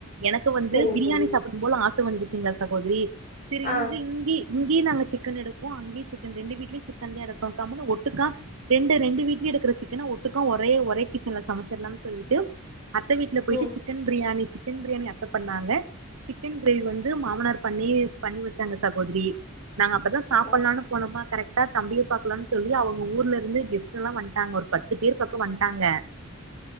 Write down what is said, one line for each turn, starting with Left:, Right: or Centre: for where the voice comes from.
Right: எனக்கு வந்து
Left: செரிங்க
Right: பிரியாணி
Left: தோழி
Right: சாப்பிடும் போல ஆச வந்துட் சேரிங்கள தாகோதரி சேரி
Left: ஆ
Right: இங்க இங்கய இங்கயே நாங்க சிக்கன் எடுப்போம் அங்கே சிக்கன் ரெண்டு வீட்லய சிக்கன் தான் எடுப் க கம்முனு ஒட்டுக்கா ரெண்டு ரெண்டு வீட்லயும் எடுக்கிற சிக்கன ஒட்டுக்க ஒரே ஒரே கிச்சன்ல சமைச்சிடலாம்னு சொல்லிட்டு அத்த வீட்டுல போயிட்டு
Left: ம்
Right: chicken biryani sick chicken biryani அப்ப பண்ணாங்க சிக்கன் கிரேவி வந்து மாமனார் பண்ணி பண்ணி வச்சாங்க சகோதரி நாங்க அப்பதான் சாப்பிடலாம்னு
Left: ஆ
Right: போனோமா கரைக்டா தம்பியை பா க்கல சொல்ல அவங்க ஊர்ல இருந்து கெஸ்ட் எல்லாம் வந்துட்டாங்க பத்து பேர் பக்கம் வந்துட்டாங்க